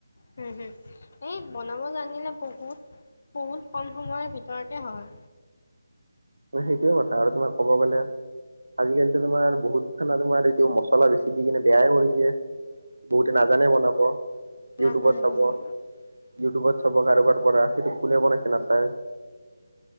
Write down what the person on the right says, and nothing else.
সেইটোৱে কথা আৰু তোমাৰ ক'ব গ'লে আজিকালি তোমাৰ বহুত খানা তোমাৰ এইটো মছলা বেছি দি কিনে বেয়াই কৰি দিয়ে। বহুতে নাজানে বনাব,
ইউটিউবত
চাব,
ইউটিউবত চাব কাৰোবাৰ পৰা, সেইটো কোনে বনাইছে নাছাই।